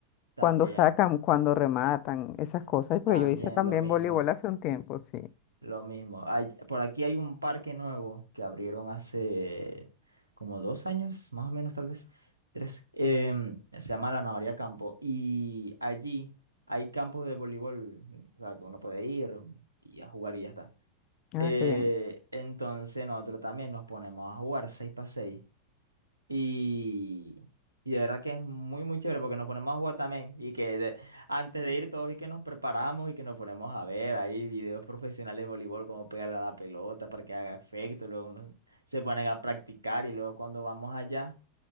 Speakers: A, on the right (about 80°); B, on the left (about 40°).
A: también,
B: cuando sacan, cuando rematan, esas cosas, porque
A: también
B: yo hice también
A: lo mismo.
B: voleibol hace un tiempo, sí.
A: Lo mismo. Hay- por aquí hay un parque nuevo que abrieron hace como dos años, más o menos, tal vez, tres. Em, se llama La Navaria Campo. Y allí hay campos de voleibol, o sea, que uno puede ir y a jugar y ya está.
B: Ah,
A: Eh,
B: qué bien.
A: entonces nosotros también nos ponemos a jugar seis para seis y, y de verdad que es muy, muy chévere porque nos ponemos a jugar también. Y que de- antes de ir todos y que nos preparamos y que nos ponemos a ver ahí videos profesionales de voleibol, cómo pegarle a la pelota para que haga efecto. Luego nos- se ponen a practicar y luego cuando vamos allá